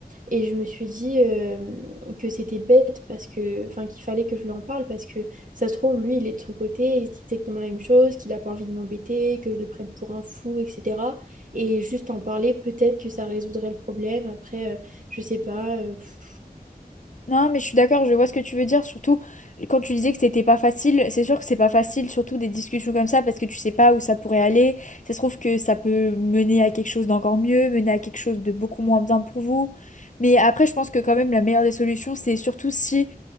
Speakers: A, on the right; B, on the left.
A: Et je me suis dit euh, que c'était bête parce que, enfin, qu'il fallait que je lui en parle parce que ça se trouve, lui, il est de son côté, il se dit exactement la même chose, qu'il n'a pas envie de m'embêter, que je le prenne pour un fou, etc. Et juste en parler, peut-être que ça résoudrait le problème. Après, euh, je sais pas, euh, pff,
B: Non, mais je suis d'accord, je vois ce que tu veux dire. Surtout quand tu disais que c'était pas facile, c'est sûr que c'est pas facile, surtout des discussions comme ça, parce que tu sais pas où ça pourrait aller. Ça se trouve que ça peut mener à quelque chose d'encore mieux, mener à quelque chose de beaucoup moins bien pour vous. Mais après, je pense que quand même la meilleure des solutions, c'est surtout si.